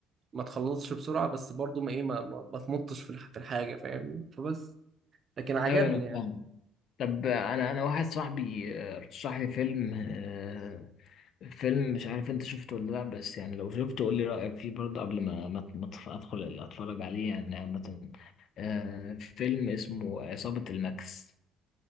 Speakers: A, on the right; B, on the left.
A: ما تخلصش بسرعه بس برضو ما ايه ما, ما, ما تمطش في الح- في الحاجه فاهمني فبس لكن عجبني
B: ايوه انا
A: يعني
B: فاهم طب آه، انا انا واحد صاحبي آه، رشح لي فيلم آه، فيلم مش عارف انت شفته ولا لا بس يعني لو شفته قول لي رأيك فيه برضه قبل ما ما ما أتف- ادخل اتفرج عليه يعني عامة آه فيلم اسمه عصابة الماكس